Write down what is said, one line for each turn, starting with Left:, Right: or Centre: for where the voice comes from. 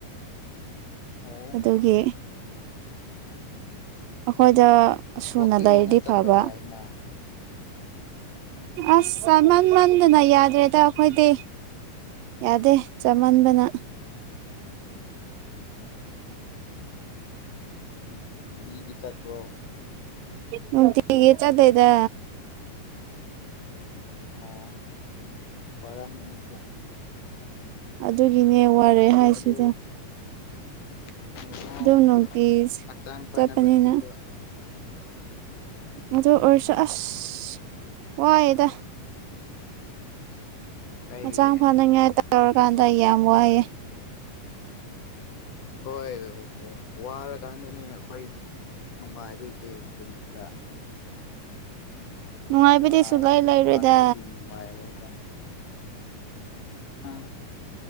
Left: ꯑꯣ
Right: ꯑꯗꯨꯒꯤ ꯑꯩꯈꯣꯏꯗ ꯁꯨꯅ
Left: ꯋꯥꯛꯀꯤꯡ
Right: ꯂꯩꯔꯤꯗꯤ
Left: ꯑꯣꯏꯅ ꯆꯠꯄ
Right: ꯐꯕ
Left: ꯌꯥꯏꯅ
Right: ꯑꯁ ꯆꯥ ꯃꯟ ꯃꯟꯗꯅ ꯌꯥꯗ꯭ꯔꯦꯗ ꯑꯩꯈꯣꯏꯗꯤ ꯌꯥꯗꯦ ꯆꯃꯟꯕꯅ
Left: ꯑꯥ ꯅꯨꯡꯇꯤꯒꯤ ꯆꯠꯄ꯭ꯔꯣ
Right: ꯃꯒ ꯌꯦ ꯆꯗꯩꯗ
Left: ꯑꯣ ꯄꯔꯝꯒꯅꯤꯕꯨ
Right: ꯑꯗꯨꯒꯤꯅꯦ ꯋꯥꯔꯦ ꯍꯥꯏꯁꯤꯗ
Left: ꯑꯗꯨ ꯑꯣ
Right: ꯗ ꯅꯇꯤꯁ
Left: ꯍꯛꯆꯥꯡ ꯐꯅꯕꯅꯤ
Right: ꯆꯄꯅꯤꯅ
Left: ꯑꯗꯣ
Right: ꯑꯗꯨ ꯑꯣꯏꯔꯁꯨ ꯑꯁ ꯋꯥꯏꯑꯦꯗ
Left: ꯀꯩꯒꯤ
Right: ꯍꯛꯆꯥꯡ ꯐꯅꯉꯥꯏ ꯇꯧꯔꯀꯥꯟꯗ ꯑꯩ ꯌꯥꯝ ꯋꯥꯏꯑꯦ
Left: ꯍꯣꯏ ꯋꯥꯔꯀꯥꯟꯗꯅꯦ ꯑꯩꯈꯣꯏ ꯅꯨꯡꯉꯥꯏꯗꯣꯏꯁꯦ ꯇꯨꯡꯗ
Right: ꯅꯨꯡꯉꯥꯏꯕꯗꯤ
Left: ꯋꯥꯔ
Right: ꯁꯨꯡꯂꯩ ꯂꯩꯔꯣꯏꯗ
Left: ꯋꯥꯗ꯭ꯔꯗꯤ ꯅꯨꯡꯉꯥꯏꯔꯣꯏꯗ ꯍꯥꯥ